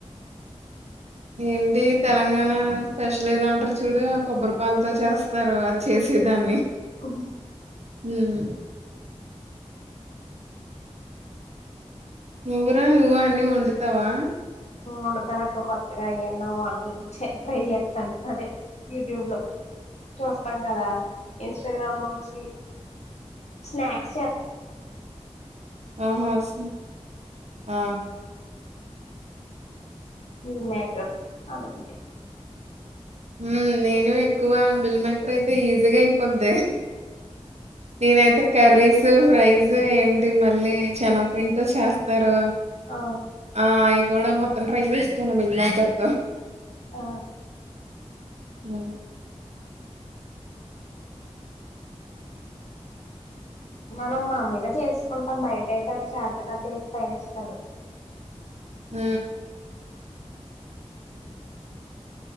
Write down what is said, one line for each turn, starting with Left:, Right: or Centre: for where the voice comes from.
Right: ఏంటి తెలంగాణ స్పెషల్ ఏదంటారు చూడు ఆ కొబ్బరిపాలతో చేస్తారు అది చేసేదాన్ని
Left: ఉ
Right: ఉహు నువురా నువ్ అన్ని వండుతావా
Left: ఉండతానుక్క కొత్తగా అన్నా వంట ట్రై చేస్తాను అదే యూట్యూబ్ లో చూస్తాం కదా ఇన్స్టాగ్రామ్ లో వచ్చినయ్ స్నాక్స్ చే
Right: ఆహా స ఆ
Left: ఈ మేకర్ అలాంటి
Right: ఉ నేను ఎక్కువ బిల్ మేకర్ అయితే ఈజీగా అయిపోద్ది నేనైతే కర్రీస్ ఫోటో ప్రైస్ ఏంటి మళ్ళీ చేనా పిండితో చేస్తారు
Left: ఆ
Right: ఆ ఆయి కూడా మొత్తం ట్రై చేస్తాను మిల్ మేకర్ తో
Left: ఆ
Right: అ
Left: మనం మామూలుగా చేసుకుంటాం బయట అయితే అడు చాట్ కట్టేసి పైనేసి ఇస్తాడు
Right: ఊ